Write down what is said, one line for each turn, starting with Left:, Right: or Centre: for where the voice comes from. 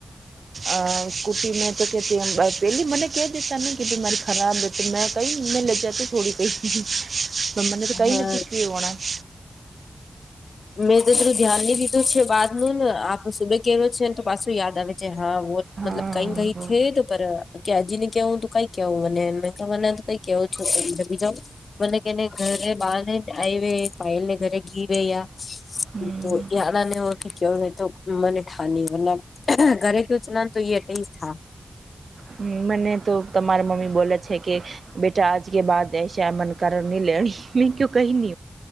Right: અ કુપી મે ચ કે એલી મને ક કે દશ ન ગીધ મારી. ખરાબેતે મે કહી મે લેજા તું થોડી કઈ પણ્ને તો કહી
Left: હા
Right: ને તું કેવાના <inaudible>
Left: મેં તો થોલું ધ્યાન ઈ દીધું છે બાદ નું ને આખો સુબે કેો છેને. તો પાછું યાદ આવે છે હા વો
Right: હા
Left: મતલબ કઈ
Right: હા
Left: કઈ થ તો. કે હજી ને કેહવ હું તું કઈ કેવ હ મને એ મને કઈ કેવો છો બીજા મને કેને ઘરે બહાર ને. આય હ પાયલ ને ઘરે ઘી ગ યા
Right: હમ
Left: તો યાદાને હો કે ક તો. મને ઠા મ ઘરેથી ઉત નાન તો ટ થ.
Right: હ મને તો તમારા મમ્મી બોલે છે કે બેટા આજ. કે બા એસા અ મન કરની લેણી મેં કું કહી ન